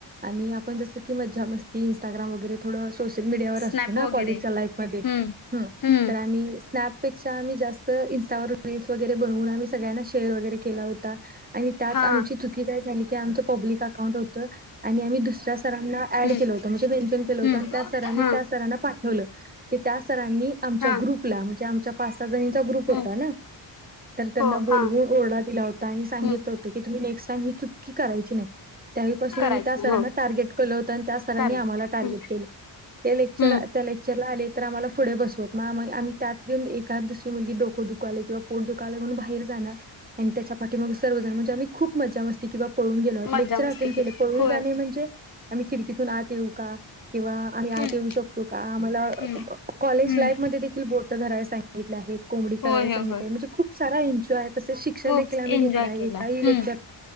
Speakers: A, on the right; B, on the left.
A: आणि आपण जसं की मज्जा मस्ती, इंस्टाग्राम वगैरे थोडं सोशल मीडियावर
B: स्नॅप
A: असतो ना
B: वगैरे
A: कॉलेजच्या लाईफमध्ये,
B: हम्म हम्म
A: तर आम्ही स्नॅप पेक्षा आम्ही जास्त इंस्टावर रील्स वगैरे बनवून आम्ही सगळ्यांना शेअर वगैरे केला होता, आणि त्यात
B: हा
A: आमची चुकी काय झाली की आमचं पब्लिक अकाउंट होतं. आणि आम्ही दुसऱ्या सरांना ऍड
B: हम्म
A: केलं होतं म्हणजे मेन्शन केलं होतं
B: हम्म
A: आणि त्या सरांनी
B: हा
A: त्या सरांना पाठ ठेवलं त्या सरांनी आमच्या
B: हा
A: ग्रुपला म्हणजे आमचा पाच साहा जणीचा ग्रुप
B: हम्म
A: होता ना, तर त्यांना
B: हो
A: बोलवून
B: हा
A: ओरडा दिला होता आणि सांगित
B: हम्म
A: <unintelligible> ती की तुम्ही नेक्स्ट टाईम ही चुकी कराची नाही. त्यावेळीपासून
B: करायच
A: आम्ही त्या सरांना
B: नाही हो
A: टार्गेट केलं होतं, आणि त्या सरांनी
B: करेक्ट
A: आम्हाला टार्गेट
B: हम्म
A: केलं. ते लेक्चर,
B: हम्म
A: त्या लेक्चर चरला आले तर आम्हाला पुढे बसवत, मग आम्ही त्यातपण एखादी दुसरी मुलगी डोक दुःखालय किंवा पोट दुःखालय म्हणून बाहेर जाणार, आणि त्याच्या पाठीमाग सर्वजण म्हणजे आम्ही खूप मजा मस्ती किंवा पळून गेलो, लेक्चर
B: मज्जा मस्ती
A: अटेंड केले
B: केली
A: पळून
B: होय
A: जाणे म्हणजे आम्ही खिडकीतून आत येऊ का, किंवा आम्ही आत
B: हम्म
A: येऊ शकतो का, आम्हाला
B: हम्म
A: कॉलेज
B: हम्म
A: लाईफ मध्ये बोटं धरायला सांगितले आहेत, कोंबडी करायला
B: होय होय
A: सांगितले
B: होय
A: आहेत, म्हणजे खूप सारा एन्जॉय तसेच शिक्षण
B: खूप
A: देखील आम्ही
B: एन्जॉय
A: घेतलं आहे
B: केला
A: एकाही
B: हम्म
A: लेक्चर,